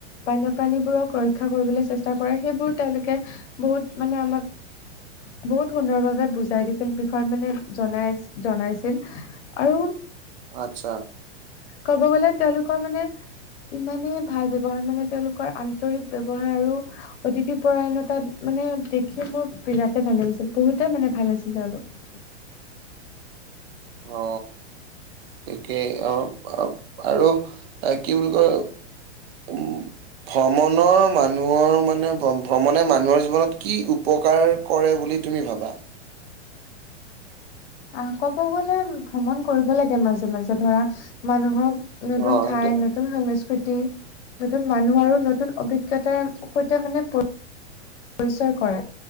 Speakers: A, on the left; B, on the right.
A: বান্যণী বোৰক ৰক্ষা কৰিবলৈ চেষ্টা কৰে সেইবোৰ তেওঁলোকে বহুত মানে আমাক বহুত সুন্দৰ ভাৱে বুজাই দিছিল বিষয়ে মানে জনাই জনাইছিল আৰু
B: আচ্ছা
A: ক'ব গ'লে তেওঁলোকৰ মানে ইমানেই ভাল ব্যৱহাৰ মানে তেওঁলোকৰ আন্তৰিক ব্যৱহাৰ আৰু অতিথি পৰায়ণতাত মানে দেখি মোৰ বিৰাটে ভাল লাগিছিল বহুতে মানে ভাল আছিল তেওঁলোক
B: অ সিটোৱে অ আৰু কি বুলি কয় উম ভ্ৰমণৰ মানুহৰ মানে ভ্ৰমণে মানুহৰ জীৱনত কি উপকাৰ কৰে বুলি তুমি ভাবা
A: আহ কব গলে ভ্ৰমণ কৰিব লাগে মাজে মাজে ধৰা মানুহক নতুন
B: অ
A: ঠাই
B: সেইটো হয়
A: নতুন সংস <unintelligible> নতুন মানুহ আৰু নতুন অভিজ্ঞতাৰ সৈতে মানে পৰিচয় কৰে